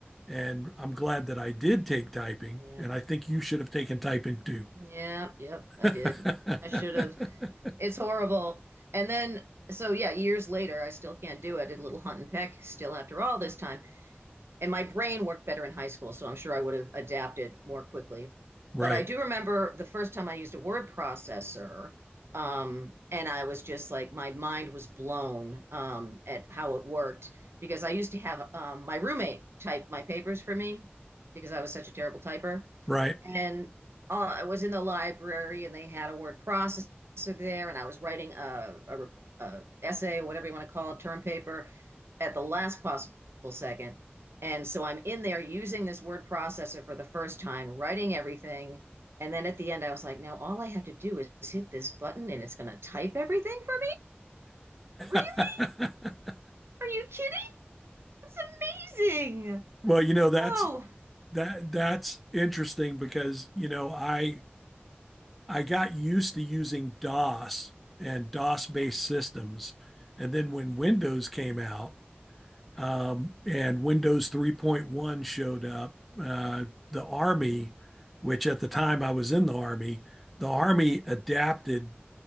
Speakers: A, in the centre; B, on the right.
A: and I'm glad that I did take typing,
B: Yeah.
A: and I think you should have taken typing too.
B: Yeah. Yep. I
A: <laughs>
B: did. I should have. It's horrible. And then, so yeah, years later, I still can't do it. I did a little hunt and peck still after all this time. And my brain worked better in high school, so I'm sure I would have adapted more quickly.
A: Right,
B: But I do remember the first time I used a word processor, um, and I was just like, my mind was blown um, at how it worked because I used to have um, my roommate type my papers for me because I was such a terrible typer
A: right.
B: and uh, I was in the library and they had a word processor there and I was writing a, a, a essay, whatever you want to call it, term paper at the last possible second. And so I'm in there using this word processor for the first time, writing everything. And then at the end, I was like, now all I have to do is hit this button and it's going to type everything for me? Really?
A: <laughs>
B: Are you kidding? It's amazing.
A: Well, you know, that's
B: Oh,
A: that that's interesting because, you know, I I got used to using DOS and DOS-based systems. And then when Windows came out, um, and Windows 3.1 showed up, uh, the Army, which at the time I was in the Army, the Army adapted